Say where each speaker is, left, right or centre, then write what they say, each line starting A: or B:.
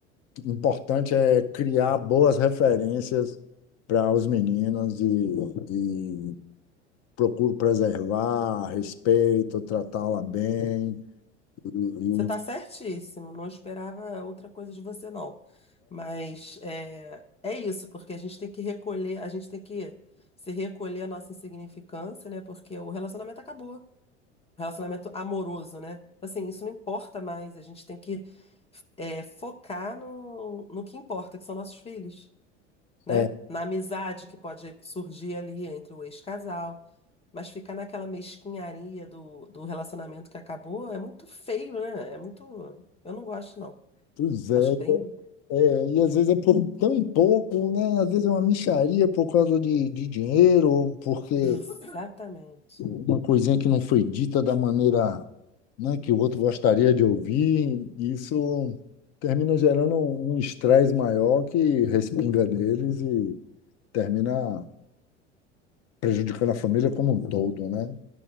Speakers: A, on the left (about 45°); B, on the left (about 15°).
A: o importante é criar boas referências para os meninos e, e procuro preservar, respeito, tratá-la bem. E,
B: Você tá
A: e,
B: certíssimo, não esperava outra coisa de você, não. Mas é, é isso, porque a gente tem que recolher, a gente tem que se recolher a nossa insignificância, né? Porque o relacionamento acabou. Relacionamento amoroso, né? Então, Assim, isso não importa mais. A gente tem que é, focar no, no que importa, que são nossos filhos, né?
A: é, é,
B: Na amizade que pode surgir ali entre o ex-casal. Mas ficar naquela mesquinharia do, do relacionamento que acabou é muito feio, né? É muito. Eu não gosto, não.
A: pois é,
B: Acho bem.
A: É, e às vezes é por tão pouco, né? Às vezes é uma mixaria por causa de, de dinheiro, ou porque
B: Exatamente.
A: uma coisinha que não foi dita da maneira, né, que o outro gostaria de ouvir. Isso termina gerando um estresse maior que respinga deles e termina prejudicando a família como um todo, né?